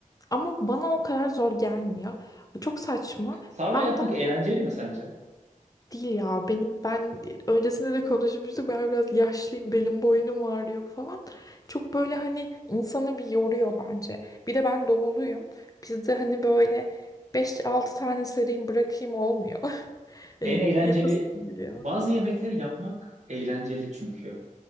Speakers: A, on the left; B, on the right.
A: Ama bana o kadar zor gelmiyor. Çok saçma.
B: Sarma
A: Ben
B: yapmak
A: daha
B: eğlenceli mi sence?
A: Değil ya benim ben öncesinde de konuşmuştuk ben biraz yaşlıyım belim boynum ağrıyor falan. Çok böyle hani insanı bir yoruyor bence. Bir de ben doğuluyum. Bizde hani böyle beş altı tane sarayım bırakayım olmuyor. <laughs> Hani
B: En eğlenceli
A: yapası geliyor.
B: bazı yemekleri yapmak eğlenceli çünkü.